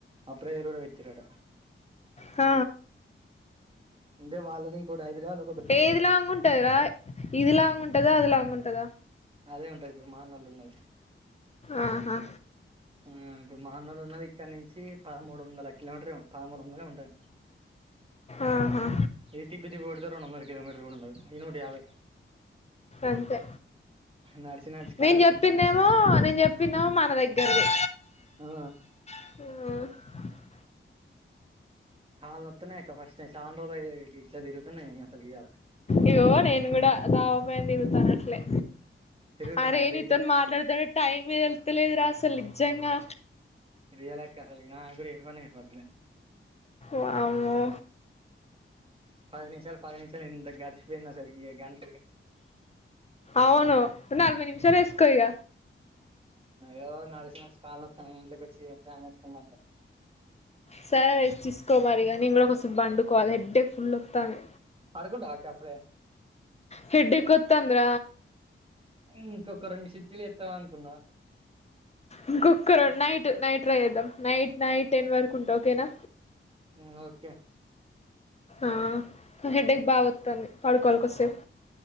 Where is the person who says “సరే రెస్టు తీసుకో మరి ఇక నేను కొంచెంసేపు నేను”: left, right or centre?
Left